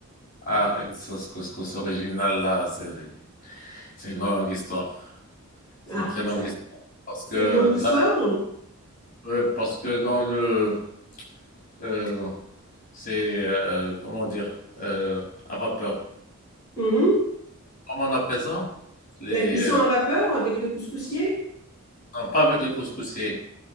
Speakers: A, on the left (about 35°); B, on the left (about 15°).
A: Ah, une sauce couscous originale là, c'est c'est une longue histoire. C'est
B: Ah,
A: une très longue
B: ça,
A: histoire parce
B: c'est
A: que
B: une longue histoire.
A: là, ouais, parce que dans le euh, c'est euh, comment dire euh, à vapeur.
B: Mhm.
A: Comment on appelle ça? Les
B: La cuisson
A: euh,
B: à vapeur avec le couscoussier.
A: non, non, pas avec les couscoussiers.